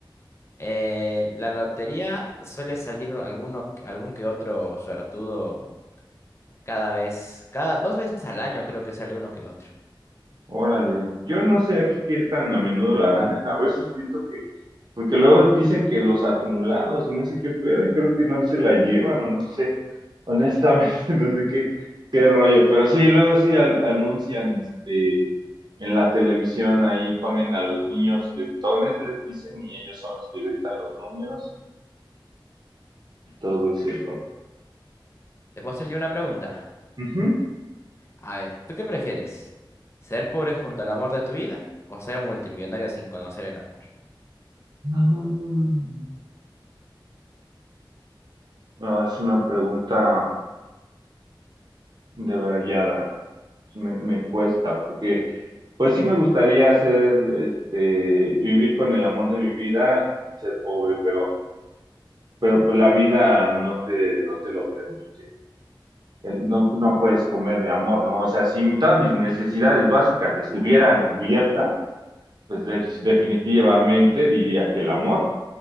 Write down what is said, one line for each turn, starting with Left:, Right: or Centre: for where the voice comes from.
Left: Eh, la lotería suele salir alguno, algún que otro suertudo cada vez, cada dos veces al año creo que sale uno que otro.
Right: Órale, yo no sé aquí qué tan a menudo la ganan. <laughs> A veces siento que, porque luego dicen que los acumulados y no sé qué pedo, y creo que no se la llevan o no sé. Honestamente, <laughs> no sé qué, qué rollo. Pero sí, luego sí al- anuncian este, en la televisión, ahí ponen a los niños gritones, les dicen, y ellos son los que gritan los números y todo ese
Left: ¿Te puedo hacer yo una pregunta?
Right: rollo.
Left: A ver, ¿tú qué prefieres? ¿Ser pobre junto al amor de tu vida o ser multimillonario sin conocer el amor?
Right: Mm. No, es una pregunta debrayada. Sí Me, me cuesta, porque pues sí me gustaría hacer, este, vivir con el amor de mi vida y ser pobre, pero, pero pues la vida no te, no te lo permite. El- No, no puedes comer de amor, ¿no? O sea, si mi- todas mis necesidades básicas estuvieran cubiertas, pues de- definitivamente diría que el amor.